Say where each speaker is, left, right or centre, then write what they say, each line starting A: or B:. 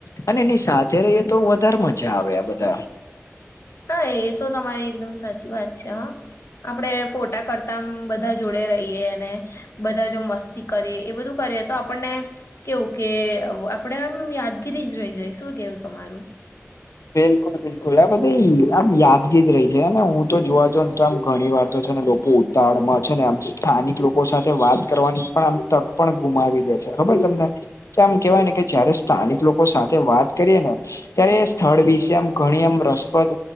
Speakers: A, on the left; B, on the left.
A: અને એની સાથે રહીએ તો વધારે મજા આવે, આ બધા.
B: હા, એ તો તમારી એકદમ સાચી વાત છે, હા. આપણે ફોટા કરતાં બધા જોડે રહીએ અને... બધા જો મસ્તી કરે, એ બધું કરીએ તો આપણને... કહેવાય કે, આપણે એમ યાદગીરી જ રહી જાય. શું કહો તમારું?
A: બિલકુલ, બિલકુલ. આ બધી આમ યાદગીરી જ રહી છે ને? હું તો જોવા જાઉં ને તો આમ ઘણી વાર તો છે ને લોકો... તાળમાં છે ને આમ સ્થાનિક લોકો સાથે વાત કરવાની પણ આમ તક પણ ગુમાવી દે છે ખબર તમને, કે આમ કહેવાય ને કે જ્યારે સ્થાનિક લોકો સાથે વાત કરીએ ને ત્યારે... સ્થળ વિશે આમ ઘણી એમ રસપ્રદ...